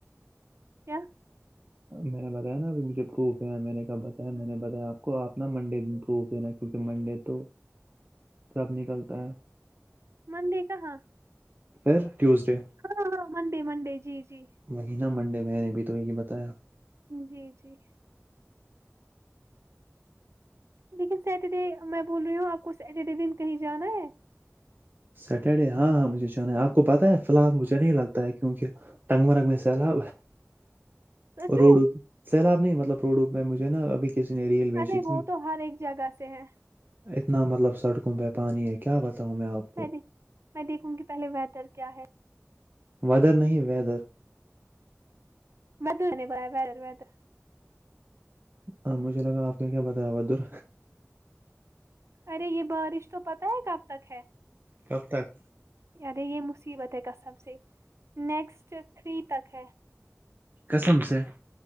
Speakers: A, on the right; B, on the right.
A: کیا
B: میں نے بتایا نا ا مجھے پروف ہے میں نے کب بتایا میں نے بتایا آپ کو آ نا منڈے دن پروف نا منڈے تو
A: <inaudible> <unintelligible>
B: سب نکلتا ہے
A: منڑے کہاں
B: پھر ٹیوزڈے
A: ہاں ہاں منڈے منڈے جی جی
B: وہی نا منڈے میں نے بھی تو یہی بتایا
A: جی جی لیکن سیٹرڈے میں بول رہی ہوں آپ کو سیٹرڈے دن کہیں جانا ہے
B: سیٹرڈے ہاں ہاں مجھے جاننا ہے آپ کو پتہ ہے فی الحال مجھے نہیں لگتا کیونکہ ٹگ مرگ میںسلا
A: <unintelligible> <inaudible> میں
B: روڈو سیلاب نہیں مطلب روڈوپ میں مجھے نا ابھی کسی نے ریل بیچی
A: ارے وہ
B: تھی
A: تو ہر ایک جگہ سے ہے
B: اتنا مطلب سڑکوں پہ پانی ہے کیا بتاؤں میں آپ کو
A: میں میں دیکھوں گی پہلے ویدر کیا ہے
B: ویدر نہیں ویدر
A: بدل نہیں پایا ودر ودر
B: ہاں مجھے لگا آپ نے کیا بتایا بہادر
A: ارے یہ بارش تو پتہ ہے کب تک ہے
B: کب تک
A: یرے یہ مصیبت ہے کا سب سے نیکسٹ تھری تک ہے
B: قسم سے